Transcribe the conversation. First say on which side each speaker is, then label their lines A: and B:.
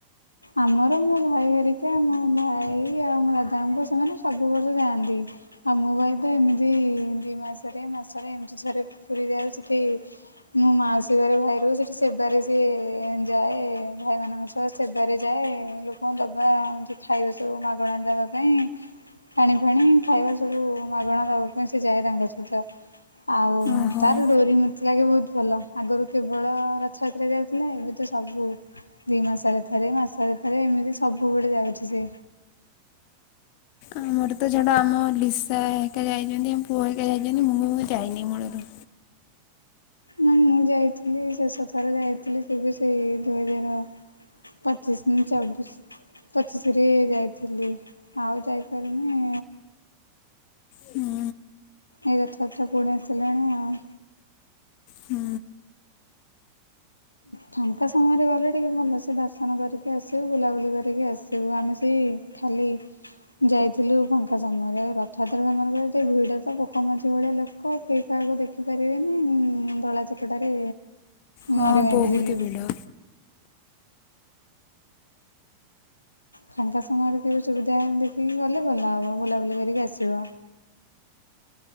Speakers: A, on the left (about 80°); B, on the left (about 45°).
A: ଆମର ମୋ ଭାଇ ହେରିକା ମୋ ଭାଇ ଆଉ ମୋ ଦାଦା ଙ୍କ ପୁଅ ସେମାନେ ସବୁ ବର୍ଷ ଯାଆନ୍ତି ଆଉ ମୋ ଭାଇ ତ ଏମିତି ଦି ମାସରେ ମାସରେ ଏମିତି ଥରେ ପୁରୀ ଯାାଉ ସେଠି ମୋ ମାଉସୀ ଘରେ ଭାଇ ରହୁ ସେଠି ସେବାରେ ସିଏ ଯାଏ ଭାଇମାନାନଙ୍କ ସହ ସେ ସେବାରେ ଯାଏ ଲୋକଙ୍କୁ ଦବା ଏମତି ଖାଇବା ସବୁ ମାଗଣା ଦବା ପାଇଁ ପାଣି ଫାଣି ଖାଇବା ସବୁ ମାଗଣା ଦବା ପାଇଁ ସେ ଯାଏ ତାଙ୍କ ସହିତ ଆଉ
B: ଓହୋ।
A: ତାର ଡୋରି ମତି ଲାଗେ ବହୁତ ଭଲ ଆଗରୁ କେବଳ ରଥଯାତ୍ରା ଯାଉଥିଲା ଏବେ ତ ସବୁ ଦି ମାସରେ। ଥରେ ମାସାରେଥରେ ଏମିତି ସବୁବେଳେ ଯାଉଛି ସେ।
B: ଆ ମମର ତ ଛଡା ଆମ ଲିସା ଏକା ଯାଇଛନ୍ତି ଆମ ପୁଅ ଏକା ଯାଇଛନ୍ତି ମୁଁ ଯାଇନି ମୂଳରୁ
A: ନା ମୁଁ ଯାଇଥିଲି ଶେଷଥର ଯାଇଥିଲି କେବେ ସେଇ ଦୁଇ ହଜାର ପଚିଶ ଚବିଶ ପଚିଶରେ ଯାଇଥିଲି ଆଉ ଯାଇପାରୁନି।
B: ହୁଁ
A: ଏଇ ରଥଯାତ୍ରା ପୁଣି ଆସିଲାଣି ଆଉ।
B: ହୁଁ
A: ଫାଙ୍କା ସମୟରେ ଗଲେ ଟିକେ ଭଲସେ ଦର୍ଶନ କରିକି ଆସିବୁ ବୁଲାବୁଲି କରିକି ଆସିବୁ ଆମେ ସେଇ ଖାଲି ଯାଇଥିଲୁ ଫାଙ୍କା ସମୟରେ ଆଉ ରଥଯାତ୍ରା ସମୟରେ ଗଲେ ଭିଡ ତ ପୋକମାଝି ଭଳିଆ ଲୋକ କେହି କାହାକୁ ଦେଖିପାରିବେନି ଦଳା ଚକଟାରେ।
B: ହଁ
A: ମରି ମାରି
B: ବହୁତ
A: ଯିବୁ।
B: ଭିଡ଼।
A: ଫାଙ୍କା ସମୟରେ କେବେ ସୁବିଧା ଦେଖିକି ଗଲେ ଭଲ ହେବ ବୁଲାବୁଲି କରିକି ଆସିବ।